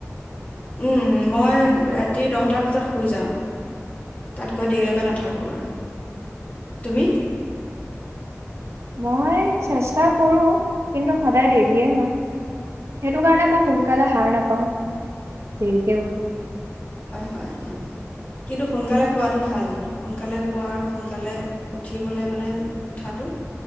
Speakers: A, on the left (about 30°); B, on the right (about 65°).
A: উম, মই ৰাতি দহটা বজাত শুই যাওঁ। তাতকৈ দেৰি লৈকে নাথাকো আৰু তুমি?
B: মই চেষ্টা কৰো, কিন্তু সদায় দেৰিয়ে হয়। সেইটো কাৰণে মই সোনকালে হাৰ নাপাওঁ, দেৰিকে উঠো।
A: হয়-হয়। কিন্তু সোনকালে শুৱাটো ভাল। সোনকালে শুৱা আৰু সোনকালে উঠিবলে মানে, উঠাটো